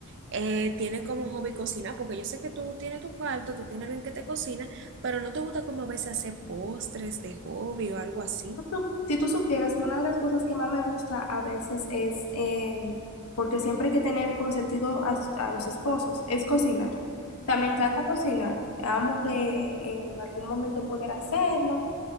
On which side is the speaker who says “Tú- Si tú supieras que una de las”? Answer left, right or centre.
Left